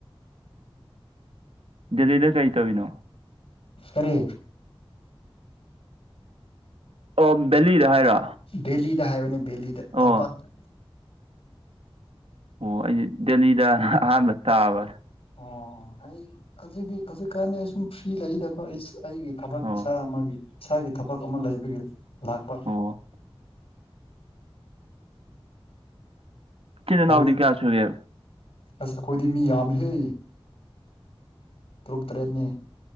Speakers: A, on the right; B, on the left.
A: ꯗꯦꯜꯂꯤꯗ ꯀꯩ ꯇꯧꯅꯣ
B: ꯀꯔꯤ
A: ꯑꯣ ꯕꯦꯂꯤꯗ ꯍꯥꯏꯔꯣ
B: ꯕꯦꯂꯤꯗ ꯍꯥꯏꯕꯅꯦ ꯕꯦꯂꯤꯗ
A: ꯑꯣ
B: ꯇꯝꯄꯥꯛꯇ
A: ꯑꯣ ꯑꯩꯗꯤ ꯗꯦꯜꯂꯤꯗ ꯑꯍꯥꯟꯕ ꯇꯥꯕ
B: ꯑꯣ ꯑꯩ ꯍꯧꯖꯤꯛꯇꯤ ꯍꯧꯖꯤꯛꯀꯥꯟꯗꯤ ꯑꯩ ꯁꯨꯝ ꯐ꯭ꯔꯤ ꯂꯩꯗꯀꯣ ꯑꯩ ꯑꯩꯒꯤ ꯊꯕꯛ
A: ꯑꯣ
B: ꯏꯁꯥ ꯑꯃꯒꯤ ꯏꯁꯥꯒꯤ ꯊꯕꯛ ꯑꯃ ꯂꯩꯕꯒꯤ ꯂꯥꯛꯄ
A: ꯑꯣ ꯏꯆꯤꯟ ꯏꯅꯥꯎꯗꯤ
B: ꯂꯥꯏꯔꯤꯛ
A: ꯀꯌꯥ ꯁꯨꯒꯦ
B: ꯑꯁ ꯑꯈꯣꯏꯗꯤ ꯃꯤ ꯌꯥꯝꯃꯦꯍꯦ ꯇꯔꯨꯛ ꯇꯔꯦꯠꯅꯦ